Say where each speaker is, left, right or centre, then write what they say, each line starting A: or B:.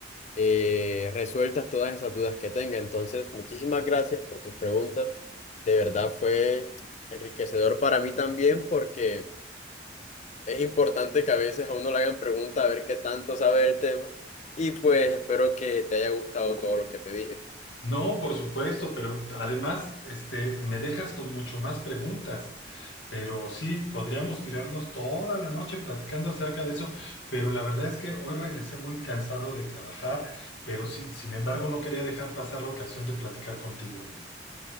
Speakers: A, on the left; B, on the left.
A: eh, resueltas todas esas dudas que tenga. Entonces, muchísimas gracias por tus preguntas. De verdad fue enriquecedor para mí también porque es importante que a veces a uno le hagan preguntas a ver qué tanto sabe del tema. Y pues espero que te haya gustado todo lo que te dije.
B: No, por supuesto, pero además, este, me dejas con mucho más preguntas. Pero sí, podríamos tirarnos toda la noche platicando acerca de eso, pero la verdad es que hoy regresé muy cansado de trabajar, pero sí, sin embargo, no quería dejar pasar la ocasión de platicar contigo, amigo.